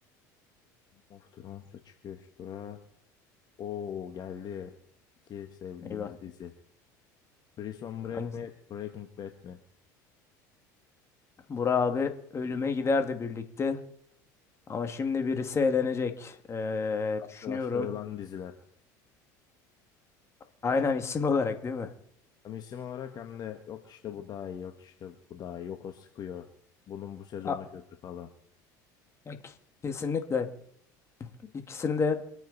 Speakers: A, on the left; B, on the left.
A: Of Thrones'a çıkıyor üst tura. Oo geldi. İki sevdiğimiz
B: Eyvah.
A: dizi. Prison Break
B: Hangisi?
A: mi? Breaking Bad mi?
B: Burak abi ölüme giderdi birlikte. Ama şimdi birisi eğlenecek. Ee,
A: Karşılaştırılan
B: düşünüyorum.
A: diziler.
B: Aynen isim olarak değil mi?
A: Hem isim olarak hem de yok işte bu daha iyi, yok işte bu daha iyi, yok o sıkıyor. Bunun bu sezonu
B: A-
A: kötü falan.
B: ya ke- kesinlikle. İkisini de